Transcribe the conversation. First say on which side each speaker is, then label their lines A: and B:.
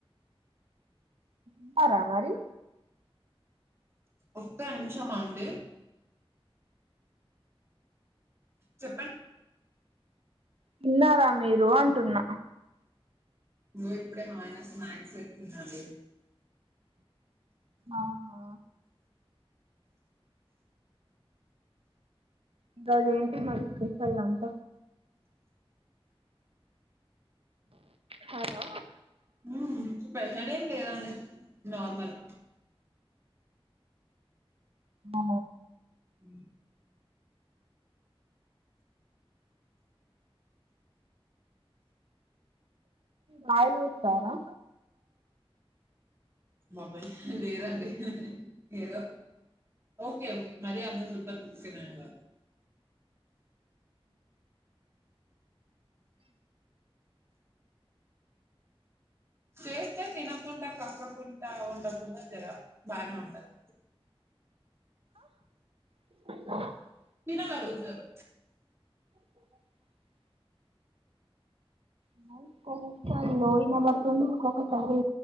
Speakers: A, on the right; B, on the right.
A: న్నారా మరి
B: ఒక్క నిమిషం అండి చెప్పం
A: ఇన్నారా మీరు అంటున్న
B: <unintelligible> ఇప్పుడే మాఆయనా స్నాక్స్ తెచ్చిండ అండి
A: అవునా ఈరోజు ఏంటి మరి స్పెషల్ అంత హలో
B: ఉమ్ స్పెషల్ ఏం లేదండి నార్మల్
A: ఆ
B: ఉ
A: కాయల్ తెస్తారా
B: బాబోయ్ లేదండి ఏదో ఓకే ఓకే మరి అంత <unintelligible> చేస్తే తినకుంట కక్కకుంట ఉండకు కుండ జర బానే ఉంటది
A: అ
B: వినగలుగుతరు
A: <inaudible> ది లోడింగని <unintelligible> రెండు ఒకొక్కసారి